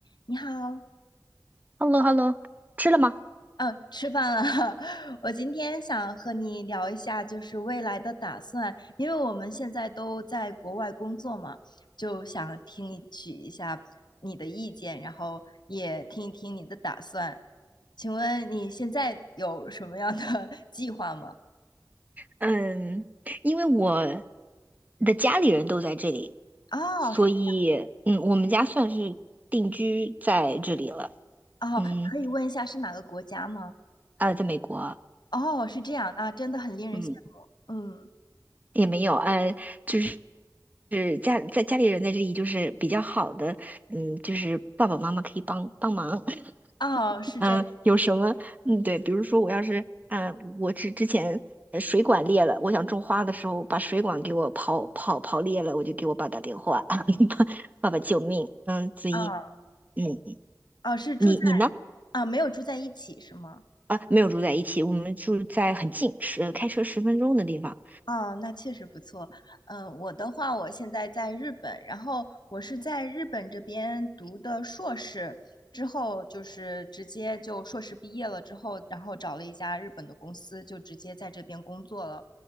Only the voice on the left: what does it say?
你好，
嗯，吃饭了。<laughs> 我今天想和你聊一下，就是未来的打算，因为我们现在都在国外工作嘛，就想听一取一下你的意见，然后也听一听你的打算。请问你现在有什么样的 <laughs> 计划吗？
哦，
是
哦，
可以问一下是哪个国家吗？
哦，是这样啊，真的很令人羡慕。
嗯，
哦，是这
啊，
哦，是住在
啊，没有住在一起是吗？
哦，那确实不错。嗯、我的话，我现在在日本，然后我是在日本这边读的硕士，之后就是直接就硕士毕业了之后，然后找了一家日本的公司，就直接在这边工作了。